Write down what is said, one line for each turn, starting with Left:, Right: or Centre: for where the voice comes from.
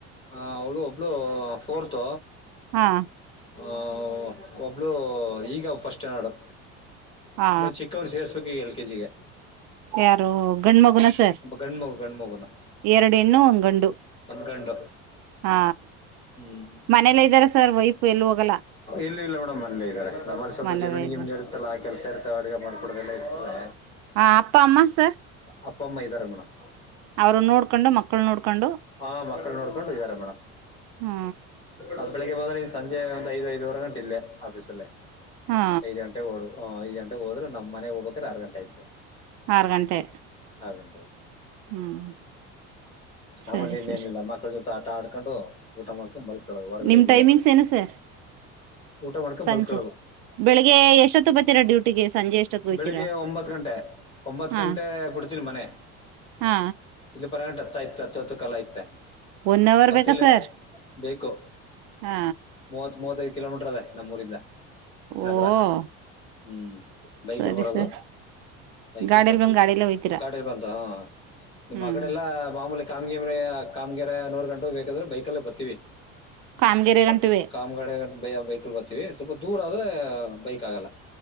Left: ಅವಳು ಒಬ್ಬಳು ಕೊರ್ತ
Right: ಹಾ
Left: ಆ ಒಬ್ಳು ಈಗ ಫಸ್ಟ್ ನಡು
Right: ಹಾ
Left: ಇನ್ನೊಂದು ಚಿಕ್ಕವ್ರು ಸೇಸ್ಬೇಕು ಎಲ್ ಕೆ ಜಿಗೆ
Right: ಯಾರು ಗಂಡ ಮಗುನ ಸರ್
Left: ಗಂಡ್ಮಗು ಗಣ್ಮಗುನ
Right: ಎರಡು ಹೆಣ್ಣು ಒಂದ್ ಗಂಡು
Left: ಗಂಡ
Right: ಹಾ
Left: ಹ್ಮ್
Right: ಮನೇಲ್ಲ ಇದ್ದಾರೆ ಸರ್ ವೈಫ್ ಎಲ್ಲಿ ಹೋಗಲ್ಲ
Left: ಇಲ್ಲ ಇಲ್ಲ ಮೇಡಮ್ ಮನಲೇ ಇದ್ದಾರೆ ನಮ್ಮಲ್ಲಿ ಸ್ವಲ್ಪ
Right: ಮನೇಲ್ಲ
Left: ಜಮೀನ್
Right: ಇದ್ದಾರೆ
Left: ಗಿಮಿನ ಇ ಇಲ್ಲ ಆ ಕೆಲಸ ಇರ್ತವೆ ಅಡುಗೆ ಮಾಡ್ಕೊಡದೆಲ್ಲ ಇರ್ತದೆ
Right: ಹ ಅಪ್ಪ ಅಮ್ಮಾ ಸರ್
Left: ಅಪ್ಪ ಅಮ್ಮ ಇದ್ದಾರೆ ಮೇಡಮ್
Right: ಅವರು ನೋಡ್ಕೊಂಡು ಮಕ್ಕಳು ನೋಡ್ಕೊಂಡು
Left: ಹಾ ಮಕ್ಳು ನೋಡ್ಕೊಂಡು ಇದ್ದಾರೆ ಮೇಡ
Right: ಹಾ
Left: ಆ ಬೆಳಗ್ಗೆ ಬಂದ್ರೆ ನೀನ್ ಸಂಜೆ ಒಂದ್ ಐದು ಐದುವರೆ ಗಂಟ ಇಿಲ್ಲೆ ಆಫೀಸಲ್ಲೇ
Right: ಹಾ
Left: ಐದು ಗಂಟೆ ಗ ಓಡು ಹ ಐದುಂಟೆಗೆ ಹೋದ್ರ ನಮ್ಮ ಮನೆಗೆ ಹೋಗಬೇಕಕ್ರ ಆರು ಗಂಟ ಆಯತದೆ
Right: ಆರು ಗಂಟೆ
Left: ಹದಟೆ
Right: ಹ್ಮ್ ಸರಿ
Left: ಆಮೇಲೆ ಇನ್ನೇನಿಲ್ಲ
Right: ಸರ್
Left: ಮಕ್ಕಳ ಜೊತೆ ಆಟ ಆಡ್ಕೊಂಡು ಊಟ ಮಾಡ್ಕೊಂಡು ಮಲ್ಕಳದು ಹೊರಗಡೆ
Right: ನಿಮ್
Left: ಎಲ್ಲೂ
Right: ಟೈಮಿಂಗ್ಸ್
Left: ಹೋಗಲ್ಲ
Right: ಏನು ಸರ್
Left: ಊಟ ಮಾಡ್ಕೊಂಡ
Right: ಸಂಜೆ
Left: ಮಲ್ಕಳೋದು
Right: ಬೆಳಿಗ್ಗೆ ಎಷ್ಟೊತ್ತು ಬರ್ತೀರಾ ಡ್ಯೂಟಿಗೆ ಸಂಜೆ ಎಷ್ಟೊತ್ತು ಹೋಯ್ತೀರಾ
Left: ಬೆಳಿಗ್ಗೆ ಒಂಬತ್ ಗಂಟೆ ಒಂಬತ್
Right: ಹಾ
Left: ಗಂಟೆ ಬಿಡ್ತ ಮೆ
Right: ಹಾ
Left: ಇಲ್ಲಿ ಪರಂಗ ಹತ್ತ ಆಯತ ಅತ್ತವತ್ತು ಕಾಲ ಐತೆ
Right: ಒನ್ ಅವರ್
Left: ಮತ್ತ
Right: ಬೇಕಾ
Left: ಇಲ್ಲ
Right: ಸರ್
Left: ಬೇಕು
Right: ಹಾ
Left: ಮೂವತ್ ಮೂವತ್ತೈದು ಕಿಲೋಮೀಟರ್ ಅದೇ ನಮ್ಮೂರಿಂದ ನಗರ
Right: ಓಹ
Left: ಹ್ಮ್ ಬೈಕ್
Right: ಸರಿ
Left: ಎಲ್ ಬರೋದು
Right: ಸರ್
Left: ಬೈಕ್ಲ್ಲಿ
Right: ಗಾಡಿಯಲ್ಲಿ
Left: ಬರ್ತವಿ
Right: ಬಂದ್ ಗಾಡಿಯಲ್ಲೇ ಹೋಯ್ತೀರಾ
Left: ಗಾಡಿಯಲ್ಲಿ ಬಂತ ನಿಮ್ಮ್
Right: ಹ್ಮ್
Left: ಅ ಕಡೆ ಎಲ್ಲಾ ಮಾಮೂಲಿ ಕಾಮಗಿರಿ ಕಾಮಗೆರ ನೂರು ಗಂಟೆೆಗೆ ಬೇಕಾದ್ರೆ ಬೈಕಲ್ಲೇ ಬರ್ತೀವಿ
Right: ಕಾಮಗೆರೆ
Left: ಮಟ್ಟಾಮ
Right: ಗಂಟುವೆ
Left: ನಮ್ಮ್ ಕಡೆ ಬ ಬೈಕಲ್ ಬರ್ತೀವಿ ಸ್ವಲ್ಪ ದೂರ ಆದ್ರೆ ಬೈಕ್ ಆಗಲ್ಲ